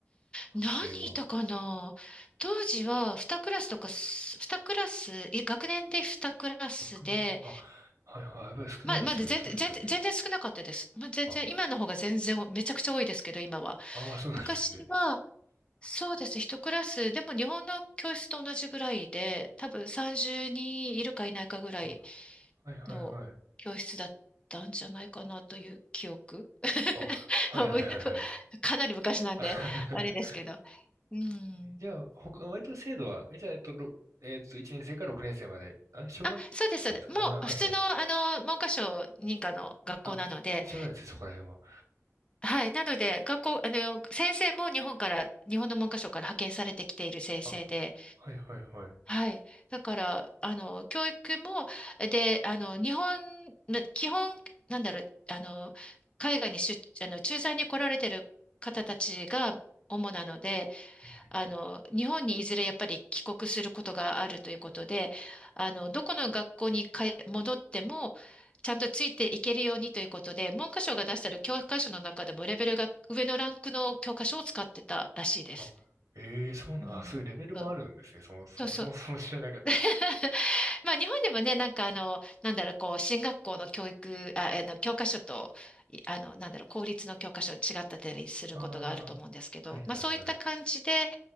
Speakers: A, on the right; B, on the left.
A: 学生は。
B: 何いたかな当時は2クラスとかす、にクラス、い学年で2クラスで、
A: 学年あ、はいはい、やっぱり少ないですよね。
B: まあ、まだ全然、
A: そうですよね。
B: 全然、全然少なかったです。まあ、全然、
A: あ、
B: 今の方が全然、めちゃくちゃ多いですけど、今は。
A: ああ、そうなんですね。
B: 昔は、そうです。1クラス、でも日本の教室と同じぐらいで、多分30人いるかいないかぐらい
A: あ、はいはいはい。
B: の教室だったんじゃないかなという記憶。
A: あ、
B: <laughs>
A: はいはいはいはい。
B: もうかなり昔なんで、
A: あ
B: あれですけど。うん。
A: <laughs> じゃあ、ほか、割と制度は、え、じゃあ、えっと、ろえっと、1年生から6年生まで、あ、小学生ですかあ、
B: あ、そうです、そうです。もう、
A: はいはい。
B: 普通の、あの、文科省認可の学校なので、
A: あ、一応ないですよ、そこら辺は。
B: はい。なので、学校、あの、先生も日本から、日本の文科省から派遣されてきている先生で、
A: あ、はいはいはい。
B: はい。だから、あの、教育も、で、あの、日本、ま基本、なんだろう、あの、海外に出、あの、駐在に来られてる方たちが主なので、
A: うん
B: あの、日本にいずれやっぱり帰国することがあるということで、あの、どこの学校にかえ戻っても、ちゃんとついていけるようにということで、文科省が出してる教科書の中でもレベルが上のランクの教科書を使ってたらしいです。
A: あ、ええそうなん、
B: うん。
A: あ、そういうレベルもあるんですね。
B: そう
A: そもそも、
B: そう。そう
A: そもそも知らなかったですね。
B: <laughs> まあ、日本でもね、なんかあの、なんだろう、こう、進学校の教育、あ、あの、教科書と、いあの、
A: うん
B: なんだろう、公立の教科書違ったりすることがあると思うんですけど、
A: ああ、はいはいはい。
B: まあ、そういった感じで、
A: うん